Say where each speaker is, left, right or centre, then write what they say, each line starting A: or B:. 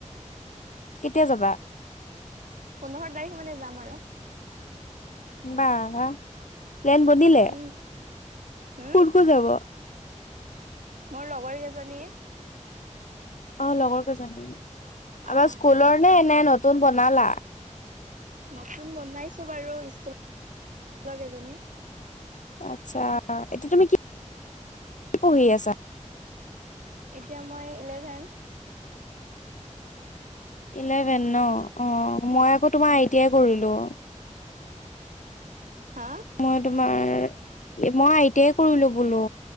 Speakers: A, on the left (about 75°); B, on the right (about 80°).
A: কেতিয়া যাবা?
B: পোন্ধৰ তাৰিখ মানে যাম আৰু।
A: বাআহ প্লেন বনিলে
B: উম হম
A: কোন কোন যাব?
B: মোৰ লগৰ কেইজনী।
A: অ লগৰ কেইজন
B: অ
A: আগৰ স্কুলৰ নে নতুন বনালা?
B: নতুন বনাইছো বাৰু স্কু- লৰ কেইজনী।
A: আচ্ছা এতিয়া তুমি কি পঢ়ি আছা?
B: এতিয়া মই ইলেভেন।
A: ইলেভেন ন অ মই আকৌ তোমাৰ
B: উম
A: আই টি আই কৰিলো।
B: হা
A: মই তোমাৰ মই আই টি আই কৰিলো বোলো